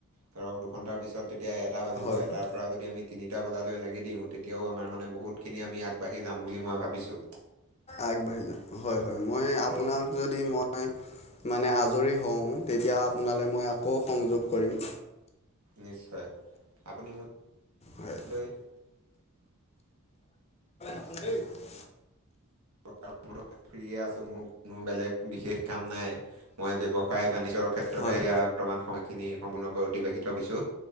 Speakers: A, on the right; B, on the left.
A: ধৰক দুঘণ্টাৰ পিছত তেতিয়া এটা বাজিব
B: হয়
A: এটাৰ
B: হয়
A: পৰা যদি আমি তিনিটা বজালৈ লাগি দিওঁ তেতিয়াও আমাৰ মানে বহুতখিনি আমি আগবাঢ়ি যাম বুলি মই ভাবিছোঁ।
B: আগবাঢ়ি যাওঁ হয় হয় মই আপোনাক যদি মই মানে আজৰি হওঁ তেতিয়া আপোনালৈ মই আকৌ সংযোগ কৰিম।
A: নিশ্চয় আপুনি মুলৈ
B: হয় <unintelligible>
A: <unintelligible> ফ্ৰিয়ে আছো মোৰ কোনো বেলেগ বিশেষ কাম নাই। মই ব্যৱসায় বাণিজ্যৰ ক্ষেত্ৰতে
B: হয়।
A: এয়া বৰ্তমান সময়খিনি সম্পূৰ্ণকৈ অতিবাহিত দিছো।